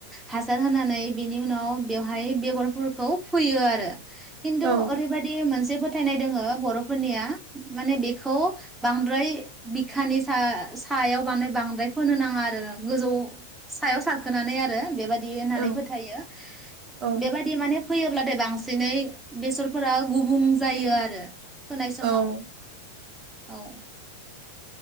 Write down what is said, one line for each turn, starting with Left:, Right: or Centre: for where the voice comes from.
Centre: हासार होनानै बेनि उनाव बेवहाय बेगरफोरखौ फोयो आरो खिनथु
Right: औ
Centre: ओरैबायदि मोनसे जे फोथायनाय दङो बर'फोरनिया माने बेखौ बांद्राय बिखानि सा सायाव बांद्राय द्राय फोनो नाङा आरोना गोजौ‌ सायाव सारखोनानै आरो दि होननानै
Right: औ
Centre: फोथायो
Right: औ
Centre: बेबायदि माने फैयोब्लाथाय बांसिन दिनै बेसरफोरा गुबुं जायो आरो फोनाय समाव
Right: औ
Centre: औ